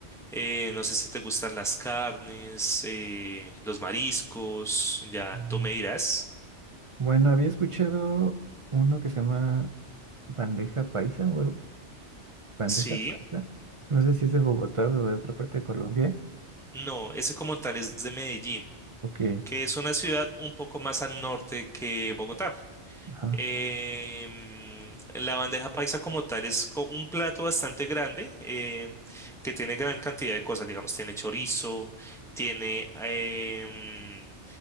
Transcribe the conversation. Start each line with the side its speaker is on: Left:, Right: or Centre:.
Centre: eh, no sé si te gustan las carnes, eh, los mariscos. Ya
Right: Ujú.
Centre: tú me dirás.
Right: Bueno, había escuchado uno que se llama bandeja paisa o algo- bandeja
Centre: Sí.
Right: paisa. No sé si es de Bogotá o de otra parte de Colombia.
Centre: No, ese como tal es de Medellín,
Right: Ok,
Centre: que es una ciudad un poco más al norte que Bogotá.
Right: ajá.
Centre: Em, la bandeja paisa como tal es co- un plato bastante grande em, que tiene gran cantidad de cosas, digamos, tiene chorizo, tiene, em,